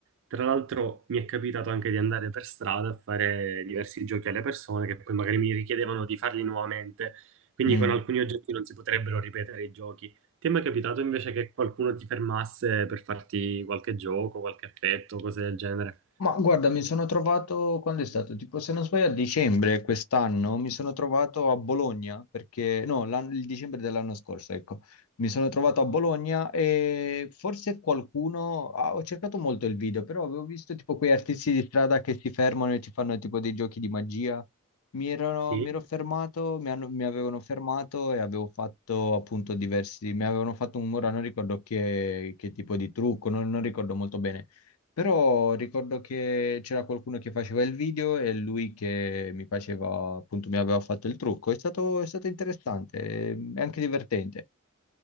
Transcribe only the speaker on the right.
Tra l'altro mi è capitato anche di andare per strada a fare diversi giochi alle persone che poi magari mi richiedevano di farli nuovamente, quindi
con alcuni oggetti non si potrebbero ripetere i giochi. Ti è mai capitato invece che qualcuno ti fermasse per farti qualche gioco, qualche effetto, cose del genere?
Sì,